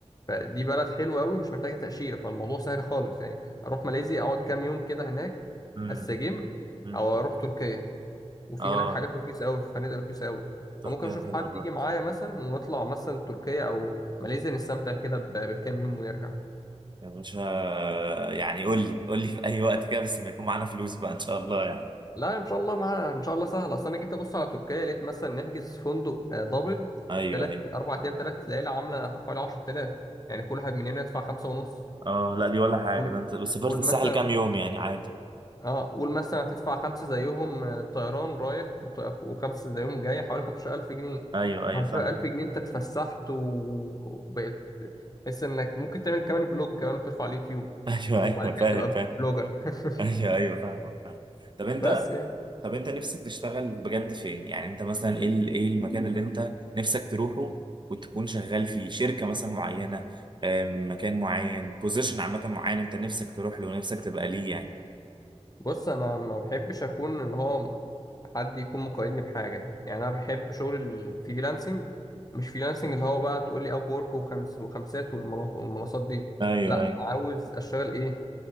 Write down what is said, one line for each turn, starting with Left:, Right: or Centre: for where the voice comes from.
Left: فدي بلد حلوه قوي مش محتاجه تاشيره فالموضوع سهل خالص يعني اروح ماليزيا اقعد كام يوم كده هناك
Right: امم
Left: استجم
Right: امم
Left: او اروح تركيا وفي
Right: اه
Left: هناك حاجات رخيصه قوي في فنادق رخيصه قوي
Right: تركيا
Left: فممكن اشوف
Right: حلوة
Left: حد
Right: برضه
Left: يجي معايا مثلا ونطلع مثلا تركيا او ماليزيا نستمتع كده ب- بكام يوم ونرجع
Right: يا باشا يعني قول لي قول لي في اي وقت كده بس لما يكون معانا فلوس بقى ان شاء الله يعني
Left: لا ان شاء الله مع ان شاء الله سهل اصل انا جيت ابص على تركيا لقيت مثلا نحجز فندق آه، دبل
Right: ايوه
Left: ثلاث
Right: ايوه
Left: اربع ايام ثلاث ليالي عامله حوالي 10000 يعني كل واحد مننا يدفع خمسة ونص
Right: اه لا دي ولا حاجه
Left: قول
Right: ده انت بس سافرت
Left: قول
Right: الساحل
Left: مثلا
Right: كام يوم يعني عادي
Left: اه قول مثلا هتدفع خمسة زيهم آه، طيران رايح وط- وخمسة زيهم جاي حوالي 15000 جنيه
Right: ايوه ايوه
Left: 15000
Right: فاهم
Left: جنيه انت اتفسحت و- وبقيت تحس انك ممكن تعمل كمان فلوج كمان وترفع على اليوتيوب
Right: <laughs> ايوه
Left: وبعد
Right: ايوه
Left: كده
Right: فاهم
Left: تبقى
Right: فاهم
Left: فلوجر <laughs>
Right: ايوه ايوه فاهمك فاهم طب انت
Left: بس يعني
Right: طب انت نفسك تشتغل بجد فين يعني انت مثلا ايه ال- ايه المكان اللي انت نفسك تروحه وتكون شغال فيه شركه مثلا معينه آم، مكان معين بوزيشن عامه معين انت نفسك تروح له ونفسك تبقى ليه يعني
Left: بص انا ما بحبش اكون اللي هو حد يكون مقيدني بحاجة يعني أنا بحب شغل الفريلانسنج مش فريلانسنج اللي هو بقى تقول لي أب وورك وخمس وخمسات والمنص- والمنصات دي
Right: ايوه
Left: لا أنا
Right: ايوه
Left: عاوز أشتغل إيه